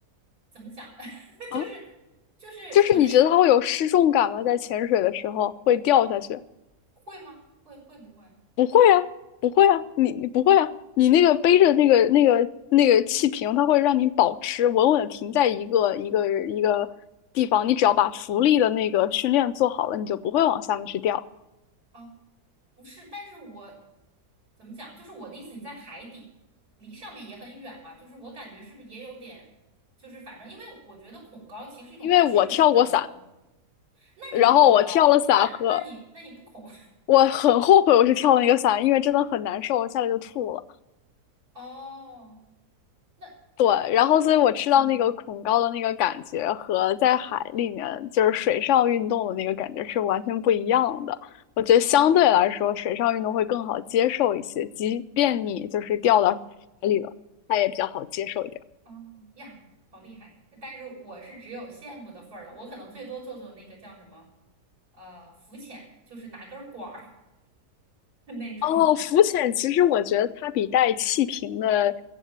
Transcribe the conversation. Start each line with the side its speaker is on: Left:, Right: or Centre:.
Right: 怎么讲，<laughs> 就是
Left: 啊。
Right: 就是我的
Left: 就是你觉得它会有失重感吗？在潜水的时候会掉下去？
Right: 会吗？会会不会？
Left: 不会啊，不会啊，你你不会啊，你那个背着那个那个那个气瓶，它会让你保持稳稳的停在一个一个一个地方。你只要把浮力的那个训练做好了，你就不会往下面去掉。
Right: 啊？不是，但是我怎么讲？就是我的意思，你在海底，离上面也很远嘛。就是我感觉是不是也有点，就是反正因为我觉得恐高其实是一种距离的。
Left: 因为我跳过伞，
Right: 那你不恐高，
Left: 然后我跳了伞和
Right: 那那你那你不恐
Left: 我很后悔我是跳了那个伞，因为真的很难受，我下来就吐了。
Right: <laughs> 哦，那
Left: 对，然后所以我吃到那个恐高的那个感觉和在海里面就是水上运动的那个感觉是完全不一样的。
Right: 嗯
Left: 我觉得相对来说，
Right: 哦
Left: 水上运动会更好接受一些，即便你就是掉到海里了，它也比较好接受一点。
Right: 哦呀，好厉害！但是我是只有羡慕的份儿了，我可能最多做做那个叫什么呃浮潜，就是拿根儿管儿 <laughs> 那种。
Left: 哦，浮潜其实我觉得它比带气瓶的